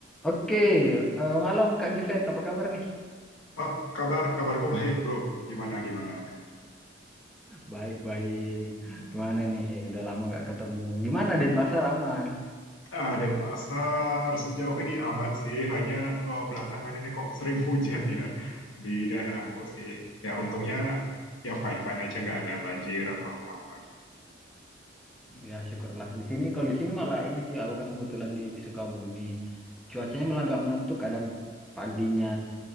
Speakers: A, in the centre; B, on the left (about 85°).
A: Oke, eh, malam Kak Juven, apa kabar nih?
B: Oh, kabar, kabarku baik, bro. Gimana, gimana?
A: Baik-baik. Gimana nih? Udah lama nggak ketemu. Gimana Denpasar aman?
B: Ah, Denpasar sejauh ini aman sih, hanya eh, belakangan ini kok sering hujan ya di daerahku sih. Ya, untungnya ya fine-fine aja, nggak ada banjir atau apa-apa gitu.
A: Ya syukurlah. Di sini kalau di sini malah ini sih aku kan kebetulan di Sukabumi. Cuacanya malah nggak menentu. Kadang paginya